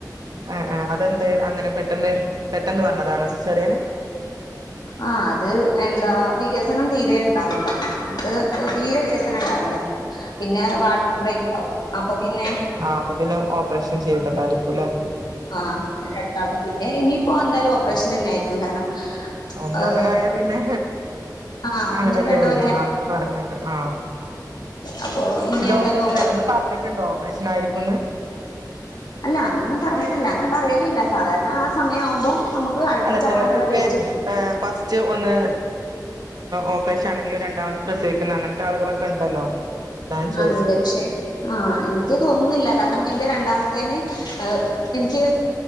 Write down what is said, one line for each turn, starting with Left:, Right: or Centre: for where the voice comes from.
Right: ആഹ് ആഹ് അതെന്ത് അങ്ങനെ പെട്ടെന്ന്. പെട്ടെന്ന് പറഞ്ഞതാണോ സിസറിയന്
Left: ആഹ് അത് എന്താ വികസനം തീരെ ഉണ്ടാവില്ല. നമ്മുക്ക് തീരെ വികസനം ഉണ്ടാവില്ല പിന്നെ വാട്ടർ ബ്രേക്ക് ആവും അപ്പൊ പിന്നെ
Right: ആഹ് അപ്പൊ പിന്നെ ഓപ്പറേഷൻ ചെയ് <unintelligible>
Left: ആഹ് രണ്ടാൾക്കും പിന്നെ ഇനിയിപ്പോ എന്തായാലും ഓപ്പറേഷൻ തന്നെ ആയിരിക്കും കാരണം
Right: ഒന്നങ്ങനെ
Left: ഏഹ്
Right: ആയാ പിന്നെ
Left: ആഹ്
Right: അങ്ങനെയല്ലേ
Left: ഒന്നും രണ്ടും
Right: വരുള്ളു അങ്ങനെ പറഞ്ഞൊക്കെ ആഹ്
Left: അപ്പൊ ഇനി
Right: ഇത്
Left: എന്തായാലും
Right: ഓപ്പറേഷൻ ഇത് പറഞ്ഞിട്ടുണ്ടോ ഓപ്പറേഷൻ ആയി വന്ന്
Left: അല്ല അങ്ങനെയൊന്നും പറഞ്ഞിട്ടില്ല അങ്ങനെ പറയലില്ല സാധാരണ ആ സമയം ആവുമ്പം നമുക്ക് അഡ്മിറ്റ്
Right: അല്ല ചിലരൊക്കെ
Left: ആവാനുള്ള ഡേറ്റ്
Right: ഫസ്റ്റ് ഒന്ന് ഓപ്പറേഷൻ ആണെങ്കിലും രണ്ടാമത് പ്രസവിക്കുന്ന അങ്ങനത്തെ ആളുകളൊക്കെ ഉണ്ടല്ലോ ഞാൻ ചോദിച്ചത്
Left: ആ ഇണ്ട് പക്ഷെ ആ എനിക്ക് തോന്നുന്നില്ല കാരണം എന്റെ രണ്ടാമത്തേന് എനിക്ക്